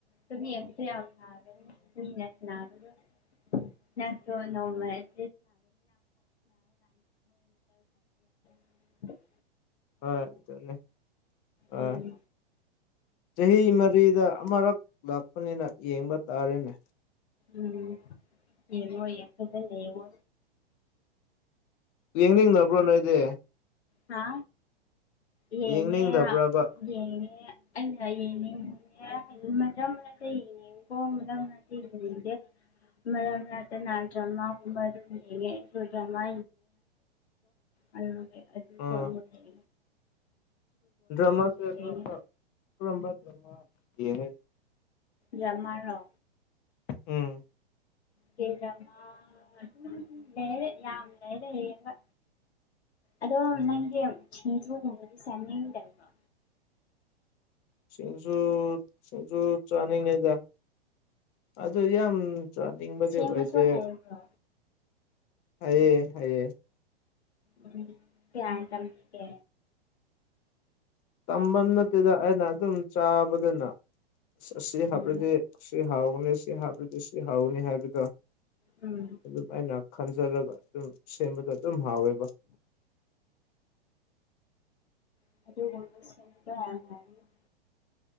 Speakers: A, on the left (about 85°); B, on the left (about 25°).
A: ꯗꯨꯝ ꯌꯦꯡꯕꯁꯨ ꯌꯥꯝ ꯐꯒꯅꯤ ꯃꯤꯅ ꯁꯟꯅꯥꯕꯗꯨ ꯅꯠꯇꯔꯣ ꯅꯣꯃꯦꯠ <unintelligible>
B: ꯍꯣꯏ ꯗꯨꯅꯦ ꯑ
A: ꯎꯝ
B: ꯆꯍꯤ ꯃꯔꯤꯗ ꯑꯃꯔꯛ ꯂꯥꯛꯄꯅꯤꯅ ꯌꯦꯡꯕ ꯇꯥꯔꯦꯅꯦ
A: ꯎꯝ ꯌꯦꯡꯉꯣ ꯌꯥ ꯐꯖꯅ ꯌꯦꯡꯉꯣ
B: ꯌꯦꯡꯅꯤꯡꯅꯕ꯭ꯔꯣ ꯅꯣꯏꯗꯤ
A: ꯍꯥ ꯌꯦꯡꯉꯦ
B: ꯌꯦꯡꯅꯤꯡꯗꯕ꯭ꯔꯕ
A: ꯌꯦꯡꯉ ꯑꯩꯅ ꯌꯦꯡ <unintelligible> ꯍꯥꯏꯂꯨ ꯃꯖ ꯃ ꯇꯥꯏꯅꯦ ꯃꯥꯦ <unintelligible> ꯃꯔꯝ ꯍꯥꯏꯕꯨ <unintelligible> ꯅꯖꯃ ꯀꯨꯝ ꯑꯗꯨ ꯍꯦ ꯨꯔꯖꯃ ꯏ
B: ꯎꯝ
A: <unintelligible>
B: ꯗꯔ꯭ꯃꯥꯁꯦ
A: ꯌꯦꯡꯉꯤ
B: ꯀꯔꯝꯕ ꯀꯔꯝꯕ ꯗ꯭ꯔꯃꯥ ꯌꯦꯡꯉꯦ
A: ꯗꯔ꯭ꯃꯥꯔꯣ
B: ꯎꯝ
A: ꯀꯦ ꯗꯔ꯭ꯃꯥ ꯎꯝ ꯂꯩꯔꯦ ꯌꯥꯝ ꯂꯩꯔꯦ ꯌꯦꯡꯕ ꯑꯗꯣꯝ
B: ꯎꯝ
A: ꯅꯪꯗꯤ ꯁꯤꯡꯖꯨꯒꯨꯝꯕꯗꯤ ꯆꯥꯅꯤꯡꯗ꯭ꯕꯔꯣ
B: ꯁꯤꯡꯖꯨ ꯁꯤꯡꯖꯨ ꯆꯥꯅꯤꯡꯉꯦꯗ ꯑꯗꯨ ꯌꯥꯝ ꯆꯥꯅꯤꯡꯕꯗꯤ
A: ꯁꯦꯝꯕꯁꯨ
B: ꯑꯣꯏꯗꯦ
A: ꯍꯩꯕ꯭ꯔꯣ
B: ꯍꯥꯏꯌꯦ ꯍꯥꯏꯌꯦ
A: ꯎꯝ ꯀꯌꯥꯅꯥ ꯇꯝꯄꯤꯀꯦ
B: ꯇꯝꯕ ꯅꯠꯇꯦꯗ ꯑꯩꯅ ꯑꯗꯨꯝ ꯆꯥꯕꯗꯅ ꯑꯁ ꯑꯁꯤ ꯍꯥꯏꯕꯗꯤ
A: ꯎꯝ
B: ꯁꯤ ꯍꯥꯎꯕꯅꯤ ꯁꯤ ꯍꯥꯞꯄꯗꯤ ꯁꯤ ꯍꯥꯎꯅꯤ ꯍꯥꯏꯕꯗꯣ
A: ꯎꯝ
B: ꯑꯗꯨꯝ ꯑꯩꯅ ꯈꯟꯖꯤꯜꯂꯒ ꯑꯗꯨꯝ ꯁꯦꯝꯕꯗꯣ ꯑꯗꯨꯝ ꯍꯥꯎꯌꯦꯕ
A: <unintelligible>